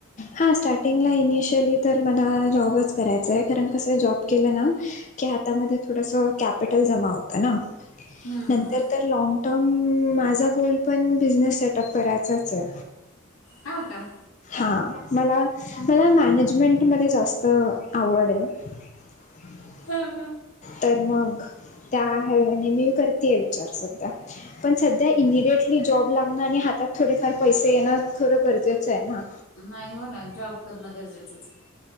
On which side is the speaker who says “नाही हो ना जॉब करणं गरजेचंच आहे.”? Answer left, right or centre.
Left